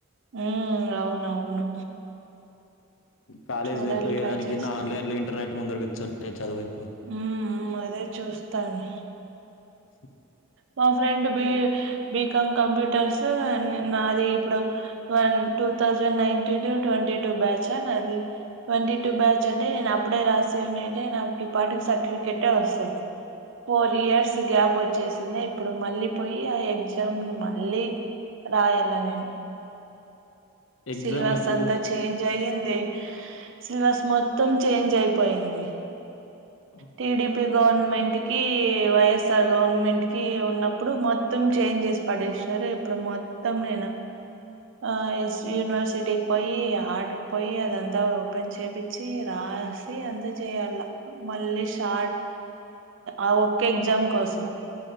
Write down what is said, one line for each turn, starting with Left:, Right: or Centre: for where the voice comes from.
Right: ఉహ్ అవున్ అవును
Left: కాలేజ్
Right: చూడాలి
Left: జరిపోయే
Right: ట్రై
Left: దాని
Right: చేస్తాను
Left: కన్న ఆలైన్ లో ఇంటర్నెట్ ముందరకిచ్చ చదువై
Right: ఉహ్మ్ అదే చూస్తాను
Left: స
Right: మా ఫ్రెండ్ బి బీకాం కంప్యూటర్స్ నాది ఇప్పుడు one two thousand ninety two twenty two batch నాది. ట్వంటీ టూ బ్యాచ్ అంటే నేను అప్పుడే రాసి ఉండి ఉంటే నాకు ఈ పాటికి సర్టిఫికేటే వసుండే ఫోర్ ఇయర్స్ గ్యాప్ వచ్చేస్ నే ఇప్పుడు మళ్ళీ పోయి ఆ ఎగ్జామ్ మళ్ళీ రాయాలనే
Left: ఎగ్జామ్
Right: సిల్వార్స్
Left: ఎప్పుడు
Right: అంతా చ్ చేంజ్ అయింది, సిలబస్ మొత్తం చేంజ్ అయిపోయింది.
Left: ఆ
Right: టిడిపి గవర్నమెంట్ కి వైఎస్ఆర్ గవర్నమెంట్ కి ఉన్నప్పుడు మొత్ త్తం చేంజ్ చేస్ పడేచినారు ఇప్పుడు మొత్తం నేను ఆ ఎస్ యూనివర్సిటీకి పోయి ఆర్టకి పోయి అదంతా ఓపెన్ చేపించి రాస్ ది అంత చేయాలా మళ్ళీ షార్ట్ ఆ ఒక్క ఎగ్జామ్ కోసం